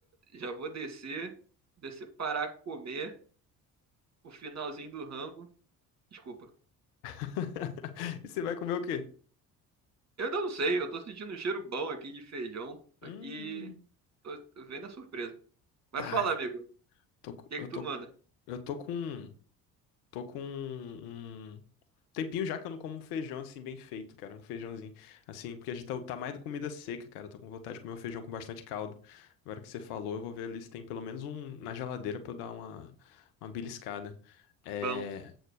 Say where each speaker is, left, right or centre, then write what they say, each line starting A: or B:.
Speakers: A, on the right; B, on the left.
A: já vou descer, descer para comer o finalzinho do rango. Desculpa.
B: <laughs> E você vai comer o quê?
A: Eu ainda não sei, eu tô sentindo um cheiro bom aqui de feijão. Aqui,
B: Hum,
A: tô, tô vendo a surpresa. Mas
B: tá,
A: fala, amigo, o
B: tô, com-
A: que
B: eu
A: que tu
B: tô,
A: manda?
B: eu tô com, tô com um, um tempinho já que eu não como um feijão assim bem feito, cara, um feijãozinho assim, porque a gente tá, tá mais da comida seca, cara. Eu tô com vontade de comer um feijão com bastante caldo. Agora que você falou, eu vou ver ali se tem pelo menos um na geladeira pra eu dar uma, uma beliscada. É,
A: Bom.